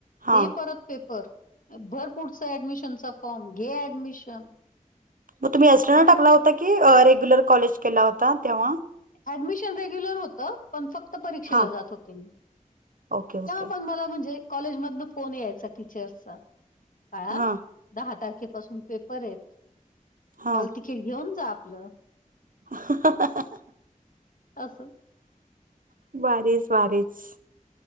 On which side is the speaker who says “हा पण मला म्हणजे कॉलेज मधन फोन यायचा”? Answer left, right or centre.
Left